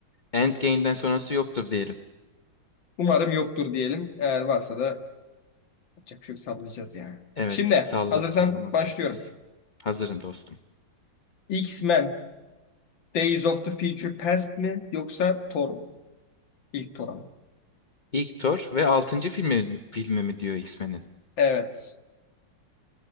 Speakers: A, on the left (about 30°); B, on the left (about 65°).
A: Endgame'den sonrası yoktur diyelim.
B: Umarım yoktur diyelim. Eğer varsa da yapacak bir şey yok, sallayacağız yani.
A: Evet,
B: Şimdi
A: salla
B: hazırsan
A: sallamak
B: başlıyorum.
A: durumdayız. Hazırım dostum.
B: X-Men Days of the Future Past mi yoksa Thor mu? İlk Thor ama.
A: İlk Thor ve altıncı filmi, filmi mi diyor X-Men'in?
B: Evet.